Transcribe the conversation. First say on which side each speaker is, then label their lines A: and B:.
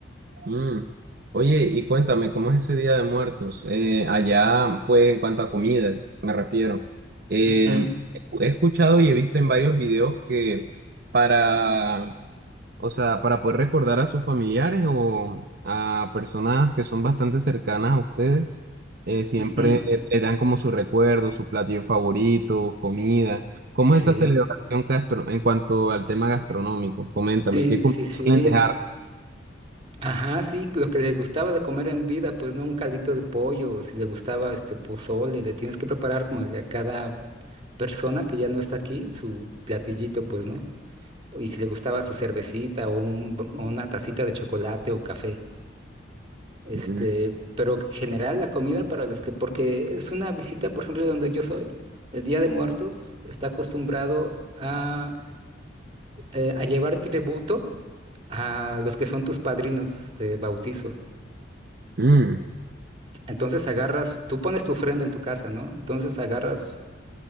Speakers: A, on the right; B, on the right.
A: Mm. Oye, y cuéntame, ¿cómo es ese Día de Muertos? Eh, allá, pues, en cuanto a comida, me refiero. Eh,
B: Ujú,
A: he escuchado y he visto en varios videos que para, o sea, para poder recordar a sus familiares o a personas que son bastante cercanas a ustedes, eh, siempre
B: ujú.
A: les dan como su recuerdo, su platillo favorito, comida. ¿Cómo
B: Sí,
A: es esa celebración gastro en cuanto al tema gastronómico? Coméntame,
B: sí,
A: ¿qué comidas
B: sí, sí.
A: suelen dejar?
B: Ajá, sí, lo que le gustaba de comer en vida, pues no un caldito de pollo, si le gustaba este pozole, le tienes que preparar como que a cada persona que ya no está aquí su platillito, pues, ¿no? Y si le gustaba su cervecita o, un- o una tacita de chocolate o café. Este,
A: Mm.
B: pero en general la comida para los que, porque es una visita, por ejemplo, donde yo soy, el Día de Muertos está acostumbrado a, eh, a llevar tributo a los que son tus padrinos de bautizo.
A: Mm.
B: Entonces agarras, tú pones tu ofrenda en tu casa, ¿no? Entonces agarras